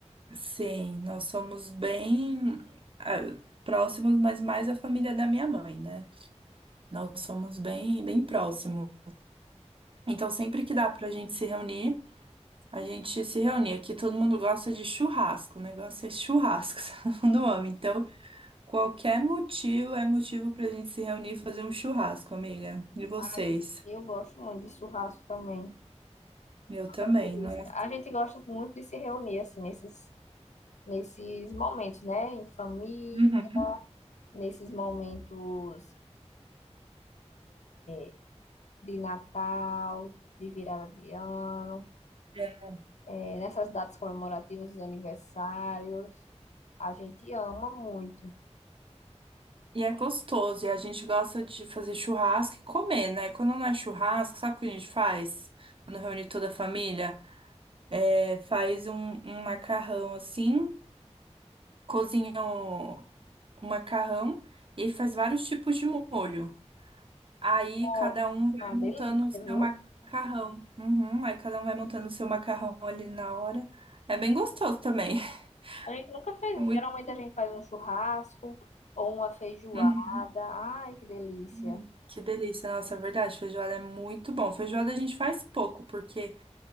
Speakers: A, on the right (about 50°); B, on the left (about 80°).
A: sim, nós somos bem ah, próximos, mas mais a família da minha mãe, né? Nós somos bem, bem próximos. Então, sempre que dá pra gente se reunir, a gente se reúne. Aqui todo mundo gosta de churrasco, o negócio é churrasco, <laughs> todo mundo ama. Então, qualquer motivo é motivo pra gente se reunir e fazer um churrasco, amiga. E vocês?
B: Ai, eu gosto muito de churrasco também.
A: Eu também,
B: É delícia.
A: não é?
B: A gente gosta muito de se reunir assim nesses nesses momentos, né? Em família,
A: Uhum.
B: nesses momentos é, de Natal, de virada de ano,
A: É.
B: é, nessas datas comemorativas, dos aniversários. A gente ama muito.
A: E é gostoso, e a gente gosta de fazer churrasco e comer, né? Quando não é churrasco, sabe o que a gente faz? Quando reúne toda a família? É, faz um, um macarrão assim. cozinha o, o macarrão e aí faz vários tipos de molho. Aí
B: Nossa,
A: cada um vai
B: é uma
A: montando
B: delícia,
A: o seu
B: viu?
A: macarrão. Uhum, aí cada um vai montando o seu macarrão ali na hora. É bem gostoso também. <laughs>
B: A gente nunca fez.
A: É muito...
B: Geralmente a gente faz um churrasco ou uma feijoada.
A: Uhum,
B: Ai, que delícia.
A: ai, que delícia, nossa, é verdade, feijoada é muito bom. Feijoada a gente faz pouco, porque